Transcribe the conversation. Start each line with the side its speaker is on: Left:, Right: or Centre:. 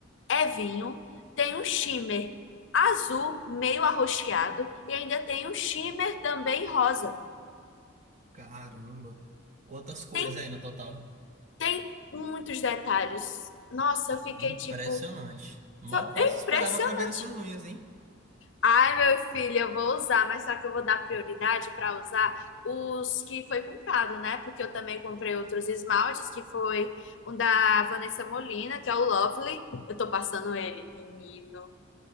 Left: é vinho, tem um shimmer azul, meio arroxeado, e ainda tem um shimmer também rosa.
Right: Caramba, quantas cores
Left: Tem
Right: aí no total.
Left: Tem muitos detalhes. Nossa, eu fiquei
Right: Impressionante.
Left: tipo.
Right: Mal
Left: foi-
Right: posso
Left: É
Right: esperava
Left: impressionante.
Right: pra ver as suas unhas, hein?
Left: Ai, meu filho, eu vou usar, mas só que eu vou dar prioridade para usar os que foi comprado, né? Porque eu também comprei outros esmaltes, que foi um da Vanessa Molina, que é o Lovely. Eu tô passando ele, menino.